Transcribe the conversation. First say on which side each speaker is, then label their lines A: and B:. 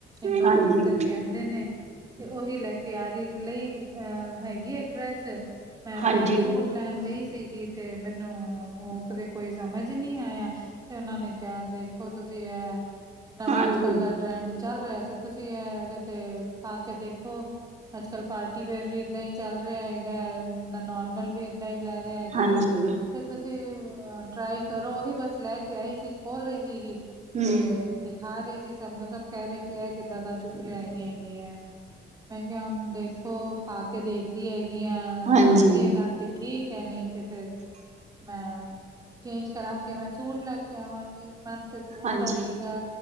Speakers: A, on the right; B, on the right.
A: ਇੰਡੋ
B: ਹਾਂਜੀ
A: ਵੈਸਟਨ ਕ ਦੇ ਨੇ, ਤੇ ਉਹੀ ਲੈ ਕੇ ਆ ਰਹੀ ਲਈ ਅਹ ਹੈਗੀ ਹੈ ਇੱਕ ਡਰੈਸ ਮੈਂ
B: ਹਾਂਜੀ
A: ਤੇ ਸੂਟ ਲੈਣ ਗਈ ਸੀਗ। ਤੇ ਮੈਨੂੰ ਉਹ, ਕਦੇ ਕੋਈ ਸਮਝ ਨਹੀਂ ਆਇਆ ਤੇ ਉਹਨਾਂ ਨੇ ਕਿਹਾ, ਦੇਖੋ ਤੁਸੀਂ ਇਹ, ਨਵਾਂ
B: ਹਾਂਜੀ
A: ਅੱਜ ਕੱਲ ਦਾ ਟਰੈਂਡ ਚੱਲ ਰਿਹਾ ਤੇ ਤੁਸੀਂ ਇਹ ਤੇ ਆ ਕੇ ਦੇਖੋ, ਅੱਜ ਕਲ ਪਾਰਟੀ ਵੇਅਰ ਵੀ ਇਏਦਾਂ ਹੀ ਚੱਲ ਰਿਹਾ ਹੈਗਾ ਹੈ ਬੰਦਾ ਨੋਰਮਲ ਵੀ ਏਦਾਂ ਹੀ ਲੈ ਰਿਹਾ ਹੈਗਾ
B: ਹਾਂਜੀ
A: ਹੈ ਤੇ ਤੁਸੀਂ ਟਰਾਈ ਕਰੋ ਉਹੀ ਬਸ ਲੈ ਕੇ ਆਈ ਸੀ ਖੋਲ ਰਹੀ ਸੀਗੀ
B: ਹਮ
A: ਤੇ ਦਿਖਾ ਰਹੀ ਸੀ ਸਭ ਨੂੰ ਸਭ ਕਹਿ ਰਹੇ ਕਿ ਇਹ ਕਿੱਦਾਂ ਦਾ ਚੁੱਕ ਲਿਆਈ ਹੈਗੀ ਹੈ ਮੈਂ ਕਿਹਾ ਦੇਖੋ ਪਾ ਕੇ ਦੇਖਦੀ ਹੈਗੀ ਆ। ਅੱਛਾ
B: ਹਾਂਜੀ
A: ਲੱਗੇਗਾ ਤੇ ਠੀਕ ਹੈ। ਨਹੀਂ ਤੇ ਫਿਰ ਮੈਂ, ਚੇਂਜ ਕਰਾ ਕੇ ਮੈਂ ਸੂਟ ਲੈ ਕੇ ਆਵਾਂਗੀ ਤੇ ਸੂਟ
B: ਹਾਂਜੀ
A: ਦਾ ਸੀਗਾ।